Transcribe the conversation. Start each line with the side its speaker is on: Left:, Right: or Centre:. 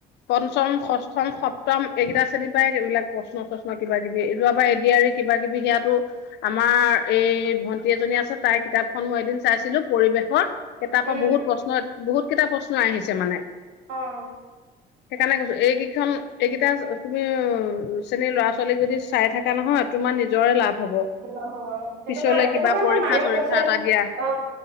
Left: পঞ্চম ষষ্ঠম সপ্তম এইকেইটা শ্ৰেণীৰ পৰা এইবিলাক প্ৰশ্ন চশ্ন কিবা কিবি এইটো আৰ এডি এৰি কিবা কিবি সেয়াটো আমাৰ এই ভন্টি এজনী আছে তাইৰ কিতাপখন মই এদিন চাইছিলো পৰিৱেশৰ কে
Right: উম
Left: তাৰপৰা পৰা বহুত প্ৰশ্ন বহুত কেইটা প্ৰশ্ন আহিছে মানে
Right: উম
Left: সেইকাৰণে কৈছো এইকেইখন এইকেইটা তুমি শ্ৰেণীৰ ল'ৰা ছোৱালীক যদি চাই থাকা নহয় তোমাৰ নিজৰে লাভ হ'ব
Right: সেইটো
Left: পিছলে
Right: কাৰণে
Left: কিবা
Right: সেইটো কাৰণে
Left: পৰীক্ষা
Right: মায়ো
Left: চৰীক্ষা
Right: কৈছে
Left: এটা দিয়া
Right: অ